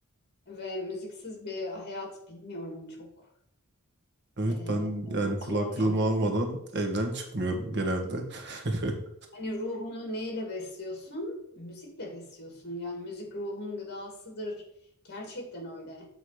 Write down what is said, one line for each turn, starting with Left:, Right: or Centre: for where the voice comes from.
Left: Ve müziksiz bir hayat bilmiyorum çok.
Right: Evet
Left: Ee,
Right: ben yani
Left: zor
Right: kulaklığımı
Left: yani.
Right: almadan evden çıkmıyorum genelde. <laughs>
Left: Hani ruhunu neyle besliyorsun? Müzikle besliyorsun. Yani müzik ruhun gıdasıdır. Gerçekten öyle.